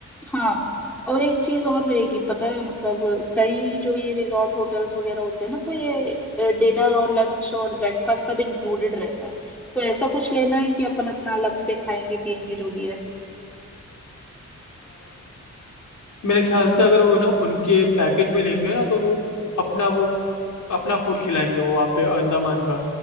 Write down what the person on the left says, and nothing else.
मेरे ख्याल से अगर वो ना उनके पैकेज में लेंगे ना तो वो अपना वो अपना फूड खिलाएंगे वो वहाँ पे अंडमान का